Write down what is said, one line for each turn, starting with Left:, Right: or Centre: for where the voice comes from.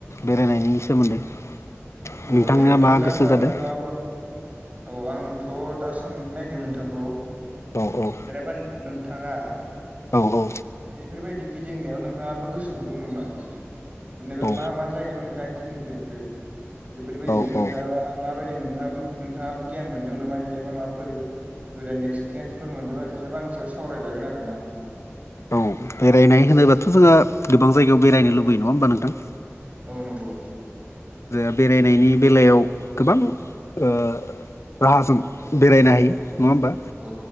Left: बेरायनायनि सोमोन्दै।
Right: औ
Left: नोंथाङा
Right: अ दे नोंथां
Left: मा
Right: दा
Left: गोसो
Right: होमबा
Left: जादों
Right: नोंथाङाबो औ आंथ' दा सोंनो नायदो नोंथांखौ
Left: औ औ
Right: जेनेबा नोंथाङा
Left: औ औ।
Right: बेफोरबायदि गिदिंनायाव नोंहाबो गोसो गुदुं नामा? जेनेबा
Left: औ
Right: मा मा जायगायाव नोंथाङा गिदिंफेरखो? बेफोरबायदिनो
Left: औ
Right: नोंथाङा
Left: औ
Right: माबायदि नोहाबो नोंथाङाबो गियान मोनदों नामा जेनेबा माबाफोर गोदान एक्सपिरियेन्सफोर मोनदोंबा जेनेबा आंनि सायाव सावरायजागोन आरो ना।
Left: औ बेरायनाय होनोबाथ जोङो गोबां जायगायाव बेरायनो लुबैयो नङा होमबा नोंथां?
Right: औ नंगौ।
Left: जे बेरायनायनि बेलायाव गोबां ओ राहाजों बेरायनो हायो
Right: औ
Left: नङा होमबा
Right: औ